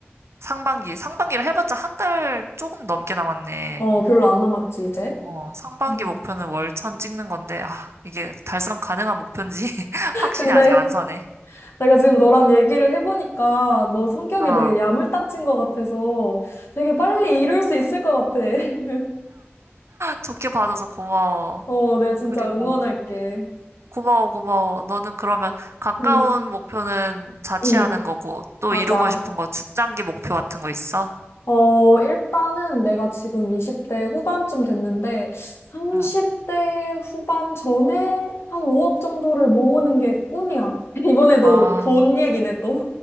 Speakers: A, on the right; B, on the left.
A: 상반기, 상반기를 해봤자 한 달 조금 넘게 남았네.
B: 어, 별로 안 남았지, 이제.
A: 어, 상반기
B: 음.
A: 목표는 월천 찍는 건데, 아, 이게 달성 가능한 목표인지 <laughs> 확신이
B: 근데
A: 아직 안 서네.
B: 내가 지금 너랑 얘기를 해보니까 너 성격이
A: 아,
B: 되게 야물딱진 것 같아서 되게 빨리 이룰 수 있을 것 같아. <laughs>
A: 좋게 봐줘서 고마워.
B: 어, 내가 진짜
A: 그리고
B: 응원할게.
A: 고마워, 고마워. 너는 그러면 가까운
B: 응,
A: 목표는 자취하는
B: 응,
A: 거고, 또
B: 맞아.
A: 이루고 싶은 거, 중장기 목표 같은 거 있어?
B: 어, 일단은 내가 지금 20대 후반쯤 됐는데 30대
A: 응.
B: 후반 전에 한 5억 정도를 모으는 게 꿈이야. <laughs> 이번에도
A: 아,
B: 돈 얘기네 또.